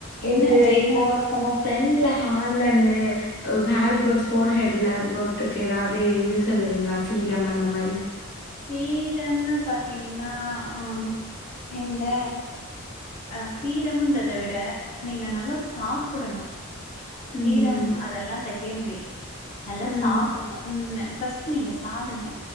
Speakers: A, on the left (about 35°); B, on the left (about 55°).
A: என்ன
B: இது
A: என்ன
B: இப்போ நம்ம ஃப்ரண்டுல ஹார்ல இருந்து அ ஹேர் குரோத் ஃபோர் ஹெட்ல குரோத்துக்கு ஏதாவது இது சொல்லுவீங்களா சீரம் அந்த மாரி
A: சீரம்னு பாத்தீங்கனா ம் இந்த அ சீரம்ன்றத விட நீங்க நல்லா சாப்டணு
B: ம்
A: சீரம் அதெல்லா செகண்ட்ரி நல்லா
B: ம்
A: சாப்டணு உண்ம ஃபஸ்ட்டு நீங்க சாப்டுங்க